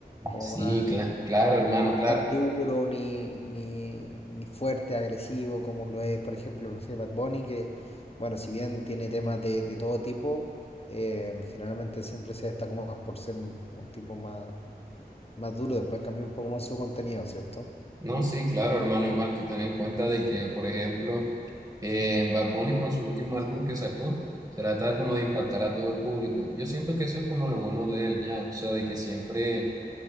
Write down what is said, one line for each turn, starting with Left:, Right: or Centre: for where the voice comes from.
Left: como
Right: Sí,
Left: más
Right: cla- claro, hermano, claro.
Left: tan duro, ni, ni, ni fuerte, agresivo, como lo es, por ejemplo, no sé, Bad Bunny, que, bueno, si bien tiene temas de, de todo tipo, eh, generalmente siempre se destaca más por ser un, un tipo más, más duro, después cambió un poco más su contenido, ¿cierto?
Right: No, sí, claro, hermano, igual tú ten en cuenta de que, por ejemplo, en Bad Bunny con su último álbum que sacó, trata como de impactar a todo el público. Yo siento que eso es como lo bueno de él ya, o sea, de que siempre